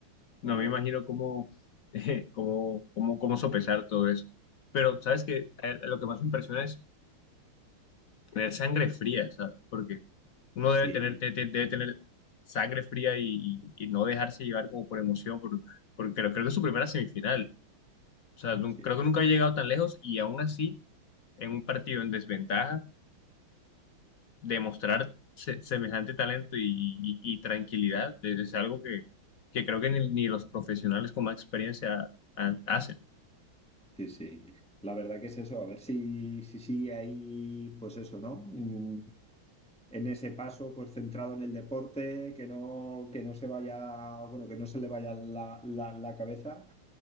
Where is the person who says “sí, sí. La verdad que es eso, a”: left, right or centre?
Centre